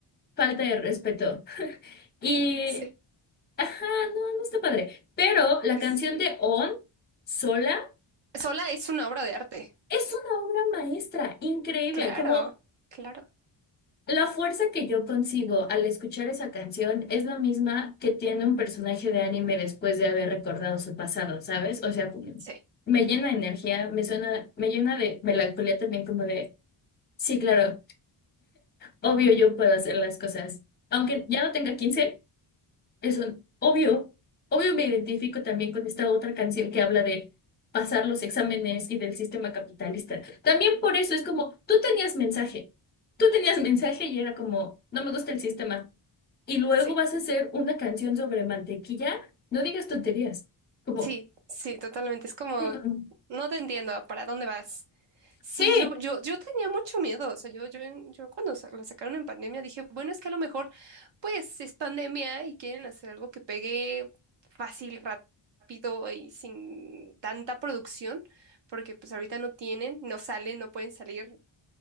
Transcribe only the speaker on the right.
sí,
sí,
sí, sí,
sí.
Sola es una obra de arte,
claro,
claro,
sí,
sí,
sí, sí, totalmente. Es como,
no te entiendo, ¿para dónde vas? Sí,
yo, yo, yo tenía mucho miedo, o sea, yo, yo, yo cuando sa- lo sacaron en pandemia dije, bueno, es que a lo mejor, pues, es pandemia y quieren hacer algo que pegue fácil, rápido y sin tanta producción porque pues ahorita no tienen, no salen, no pueden salir,